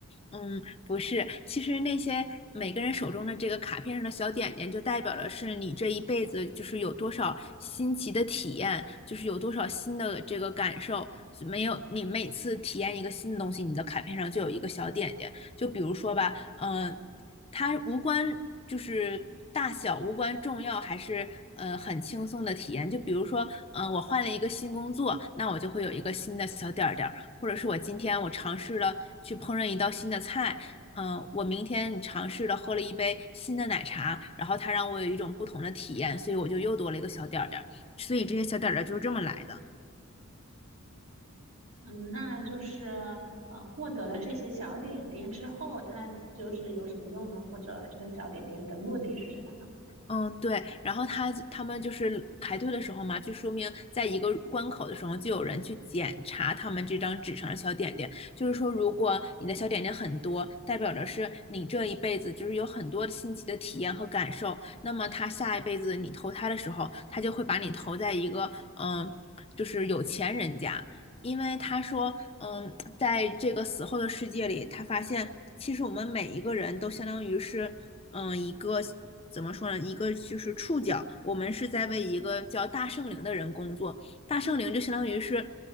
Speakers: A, on the left; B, on the right.
A: 嗯，不是，其实那些每个人手中的这个卡片上的小点点，就代表的是你这一辈子就是有多少新奇的体验，就是有多少新的这个感受。没有，你每次体验一个新的东西，你的卡片上就有一个小点点。就比如说吧，嗯、它无关就是大小，无关重要，还是呃很轻松的体验。就比如说，嗯、我换了一个新工作，那我就会有一个新的小点儿点儿。或者是我今天我尝试了去烹饪一道新的菜，嗯，呃我明天尝试了喝了一杯新的奶茶，然后它让我有一种不同的体验，所以我就又多了一个小点儿点儿。所以这些小点儿点儿就是这么来的。
B: 嗯，那就是呃，获得了这些小点点之后，他就是有什么用呢？或者这个小点点的目的是什么呢？
A: 嗯，对，然后他他们就是排队的时候嘛，就说明在一个关口的时候，就有人去检查他们这张纸上的小点点。就是说，如果你的小点点很多，代表着是你这一辈子就是有很多新奇的体验和感受。那么他下一辈子你投胎的时候，他就会把你投在一个嗯，就是有钱人家，因为他说嗯，在这个死后的世界里，他发现其实我们每一个人都相当于是。嗯、呃一个怎么说呢？一个就是触角，我们是在为一个叫大圣灵的人工作。大圣灵就相当于是，